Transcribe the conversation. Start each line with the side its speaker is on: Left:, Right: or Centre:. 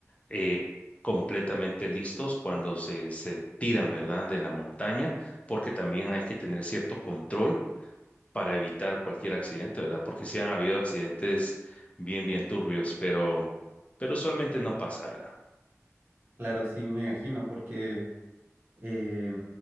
Left: eh, completamente listos cuando se, se tiran, ¿verdad? De la montaña, porque también hay que tener cierto control para evitar cualquier accidente, ¿verdad? Porque sí han habido accidentes bien, bien turbios, pero, pero usualmente no pasa, ¿verdad?
Right: Claro, sí, me imagino, porque eh,